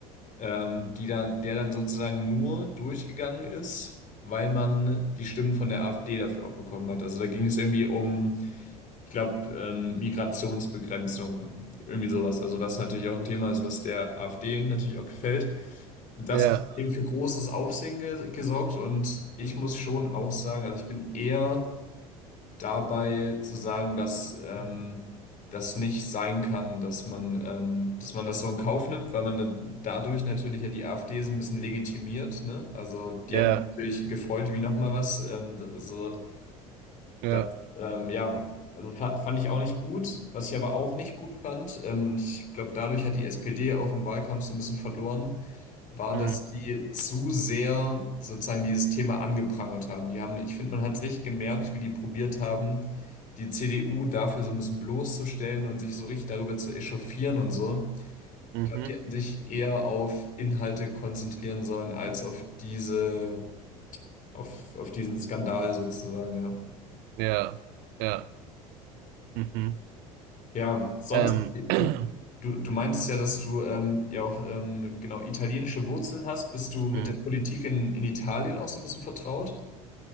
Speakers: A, on the left (about 45°); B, on the right (about 55°).
A: ähm, die dann, der dann sozusagen nur durchgegangen ist, weil man die Stimmen von der AfD dafür auch bekommen hat. Also da ging es irgendwie um ich glaube, ähm, Migrationsbegrenzung, irgendwie sowas. Also was natürlich auch ein Thema ist, was der AfD natürlich auch gefällt. Und Das
B: Ja,
A: hat eben für großes Aufsehen ge gesorgt und ich muss schon auch sagen, also ich bin eher dabei zu sagen, dass ähm, das nicht sein kann, dass man, ähm, dass man das so in Kauf nimmt, weil man da- dadurch natürlich ja die AfD so ein bisschen legitimiert, ne? Also die
B: ja,
A: haben sich natürlich gefreut wie nochmal was. Ähm, so
B: ja.
A: das, ähm, ja, also fa- fand ich auch nicht gut. Was ich aber auch nicht gut fand, ähm, und ich glaube, dadurch hat die SPD auch im Wahlkampf so ein bisschen verloren, war,
B: Hm.
A: dass die zu sehr sozusagen dieses Thema angeprangert haben. Die haben, ich finde, man hat richtig gemerkt, wie die probiert haben, die CDU dafür so ein bisschen bloßzustellen und sich so richtig darüber zu echauffieren und so.
B: Mhm.
A: Ich glaube, die hätten sich eher auf Inhalte konzentrieren sollen, als auf diese, auf, auf diesen Skandal sozusagen, ja.
B: Ja, ja. Mhm.
A: Ja, sonst,
B: Ähm.
A: du,
B: <clears throat>
A: du, du meintest ja, dass du ähm, ja auch ähm, genau italienische Wurzeln hast. Bist du mit
B: Hm.
A: der Politik in, in Italien auch so ein bisschen vertraut?